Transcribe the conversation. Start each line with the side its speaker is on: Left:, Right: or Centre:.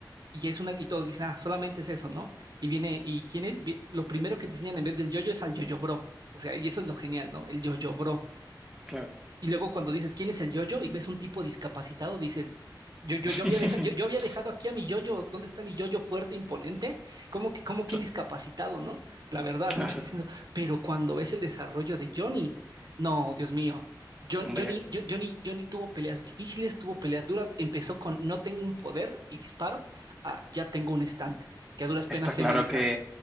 Right: Y es una, y todos dicen, ah, solamente es eso, ¿no? Y viene, y quién es, Vi- lo primero que te enseñan en vez del yoyo es al yoyo bro. O sea, y eso es lo genial, ¿no? El yoyo bro
Centre: claro,
Right: Y luego cuando dices, ¿quién es el yoyo? Y ves un tipo discapacitado, dices, yo, yo,
Centre: <laughs>
Right: yo había dejado, yo, yo había dejado aquí a mi yoyo, ¿dónde está mi yoyo fuerte, imponente? ¿Cómo que, cómo que
Centre: cla-
Right: un discapacitado, ¿no? La verdad,
Centre: claro,
Right: muchos diciendo, pero cuando ves el desarrollo de Johnny, no, Dios mío. Jon-
Centre: hombre,
Right: Johnny, Jo- Johnny, Johnny tuvo peleas difíciles, tuvo peleas duras, empezó con no tengo un poder y disparo, a ya tengo un estante, que a duras penas
Centre: está
Right: sé
Centre: claro
Right: manejar.
Centre: que